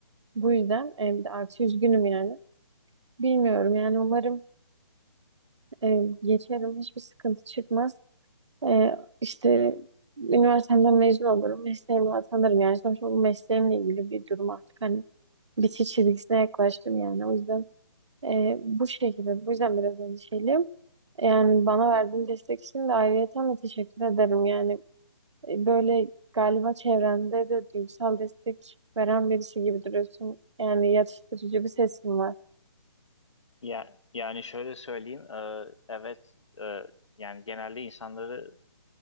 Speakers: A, on the right; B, on the left.
A: Bu yüzden e, bir de artı üzgünüm yani. Bilmiyorum yani umarım e, geçerim. Hiçbir sıkıntı çıkmaz. E, işte üniversiteden mezun olurum. Mesleğime atanırım. Yani sonuçta bu mesleğimle ilgili bir durum artık. Hani bitiş çizgisine yaklaştım yani. O yüzden e, bu şekilde, bu yüzden biraz endişeliyim. Yani bana verdiğin destek için de ayrıyeten de teşekkür ederim. Yani e, böyle galiba çevrende de duygusal destek veren birisi gibi duruyorsun. Yani yatıştırıcı bir sesin var.
B: Ya, yani şöyle söyleyeyim e, evet e, yani genelde insanları